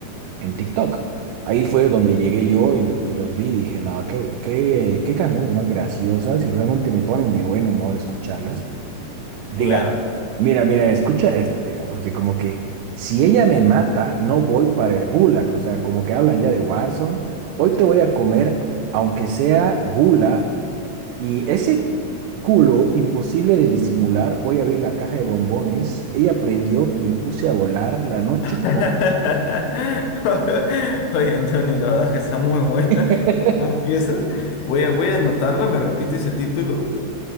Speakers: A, on the right; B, on the left.
A: en TikTok. Ahí fue donde llegué yo y, lo- y los vi y dije, no, qué, qué, qué canciones más graciosas y realmente me ponen de buen humor escucharlas. Diga,
B: Claro.
A: mira, mira, escucha esta, digamos, así como que si ella me mata, no voy para el gulag, o sea, como que hablan ya de Warzone, hoy te voy a comer, aunque sea gula, y ese culo imposible de disimular, voy a abrir la caja de bombones, ella prendió y me puse a volar la noche
B: <laughs>
A: como...
B: Oye, Antonio, la verdad que está muy buena.
A: <laughs>
B: ¿Cómo empieza? Voy a, voy a anotarla, me repites el título.